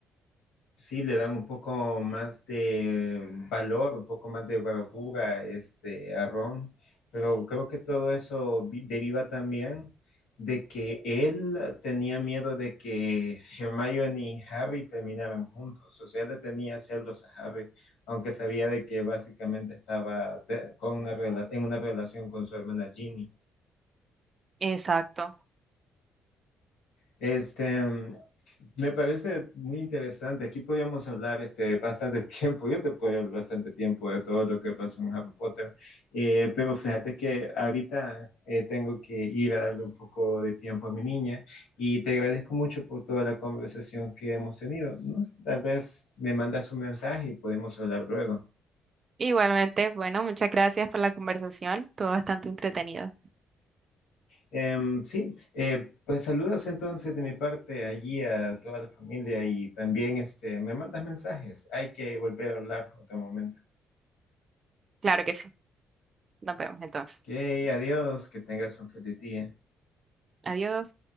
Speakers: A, on the left; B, on the right.
A: sí le dan un poco más de valor, un poco más de bravura este, a Ron, pero creo que todo eso vi- deriva también de que él tenía miedo de que Hermione y Harry terminaran juntos, o sea, él le tenía celos a Harry, aunque sabía de que básicamente estaba te- con una rela- en una relación con su hermana Ginny.
B: Exacto.
A: Este, Me parece muy interesante. Aquí podríamos hablar este, bastante <laughs> tiempo. Yo te puedo hablar bastante tiempo de todo lo que pasó en Harry Potter. Eh, pero fíjate que ahorita eh, tengo que ir a darle un poco de tiempo a mi niña y te agradezco mucho por toda la conversación que hemos tenido. No sé, tal vez me mandas un mensaje y podemos hablar luego.
B: Igualmente, bueno, muchas gracias por la conversación, todo bastante entretenido.
A: Em, sí, eh, pues saludos entonces de mi parte allí a toda la familia y también este, me mandas mensajes. Hay que volver a hablar otro momento.
B: Claro que sí. Nos vemos entonces.
A: Ok, adiós, que tengas un feliz día.
B: Adiós.